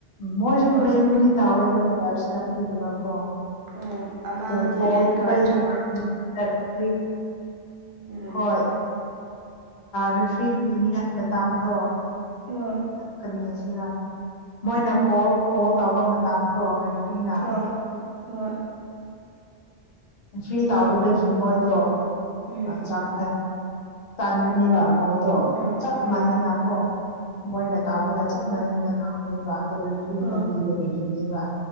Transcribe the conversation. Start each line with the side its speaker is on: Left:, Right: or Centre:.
Left: ꯃꯣꯏꯁꯨ
Right: ꯍꯣꯏ
Left: ꯀ꯭ꯂꯦꯝꯕꯨꯗꯤ ꯇꯥꯎꯋꯦꯗ ꯄꯗꯕ ꯀꯣ
Right: ꯎꯝ ꯑꯃꯗꯤ
Left: ꯑꯗꯣ ꯐꯣꯔ
Right: ꯔꯦꯠ
Left: ꯄꯤꯕ
Right: ꯀꯥꯔꯠ ꯆꯠꯈ꯭ꯔꯦ
Left: ꯆꯔꯤ
Right: ꯎꯝ
Left: ꯍꯣꯏ ꯔꯤꯐ꯭ꯔꯤ ꯄꯤꯅꯤꯡꯉꯥꯏ ꯃꯇꯥꯗꯣ
Right: ꯎꯝ
Left: ꯀꯔꯤ ꯍꯥꯏꯁꯤꯔ ꯃꯣꯏꯅ ꯐꯣ ꯐꯣꯜ ꯇꯥꯎꯕ ꯃꯇꯝꯗꯣ ꯔꯤꯐ꯭ꯔꯤꯅ
Right: ꯑ ꯍꯣꯏ
Left: ꯐ꯭ꯔꯤ ꯇꯥꯎꯗꯕꯒꯤ ꯃꯣꯏꯗꯣ
Right: ꯎꯝ
Left: ꯆꯥꯡ ꯇꯥꯟꯕꯅꯦꯕ ꯍꯜꯗꯣ
Right: ꯍꯣꯏ ꯍꯣꯏ
Left: ꯆꯞ
Right: ꯍꯣꯏ
Left: ꯃꯥꯟꯅꯅꯀꯣ ꯃꯣꯏꯅ ꯇꯥꯎꯕꯒ ꯆꯞ ꯃꯥꯟꯅꯅ ꯍꯥꯎꯅꯦꯕ ꯑꯗꯨ ꯑꯣꯏꯁꯨꯅ
Right: ꯍꯣꯏ
Left: ꯄꯤꯗꯕꯒꯤꯅꯦꯕ